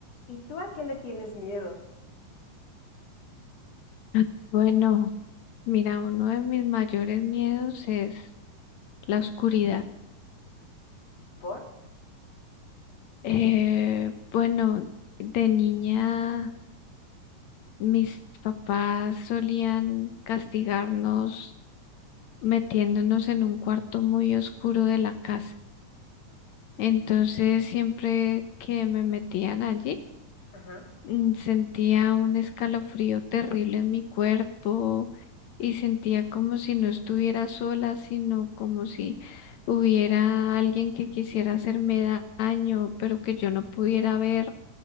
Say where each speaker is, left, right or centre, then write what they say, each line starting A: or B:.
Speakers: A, on the left; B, on the left.
A: ¿Y tú a qué le tienes miedo?
B: Ah, Bueno, mira, uno de mis mayores miedos es la oscuridad.
A: ¿Por?
B: Eh, bueno, de niña mis papás solían castigarnos metiéndonos en un cuarto muy oscuro de la casa. Entonces, siempre que me metían allí,
A: Ajá.
B: mm, Sentía un escalofrío terrible en mi cuerpo y sentía como si no estuviera sola, sino como si hubiera alguien que quisiera hacerme da- daño, pero que yo no pudiera ver.